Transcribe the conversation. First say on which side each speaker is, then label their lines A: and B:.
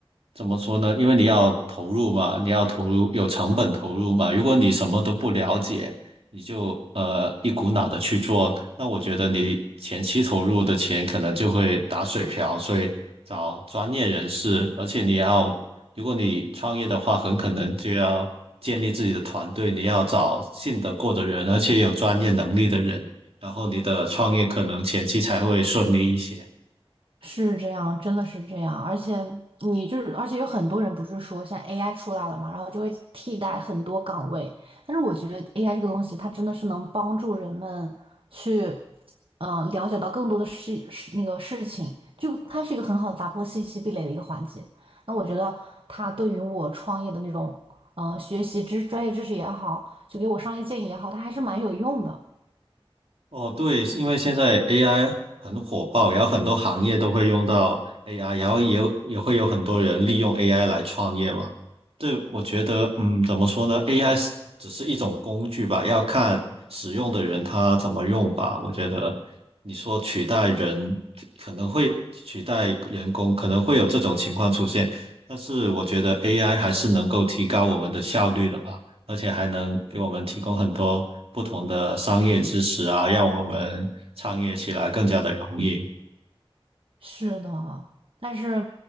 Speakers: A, on the right; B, on the right.
A: 怎么说呢？因为你要投入嘛，你要投入有成本投入嘛。如果你什么都不了解，你就呃一股脑的去做，那我觉得你前期投入的钱可能就会打水漂。所以找专业人士，而且你要，如果你创业的话，很可能就要建立自己的团队，你要找信得过的人，而且有专业能力的人，然后你的创业可能前期才会顺利一些。
B: 是这样，真的是这样，而且你就是，而且有很多人不是说现在 AI 出来了嘛，然后就会替代很多岗位，但是我觉得 AI 这个东西，它真的是能帮助人们去，嗯、了解到更多的事事那个事情，就它是一个很好的打破信息壁垒的一个环节。那我觉得它对于我创业的那种，嗯、学习知专业知识也好，就给我商业建议也好，它还是蛮有用的。
A: 哦，对，是因为现在 AI 很火爆，然后很多行业都会用到 AI，然后也有也会有很多人利用 AI 来创业嘛。对，我觉得，嗯，怎么说呢？AI 只是一种工具吧，要看使用的人他怎么用吧。我觉得你说取代人可能会取代人工，可能会有这种情况出现，但是我觉得 AI 还是能够提高我们的效率的吧。而且还能给我们提供很多不同的商业知识啊，让我们创业起来更加的容易。
B: 是的，但是，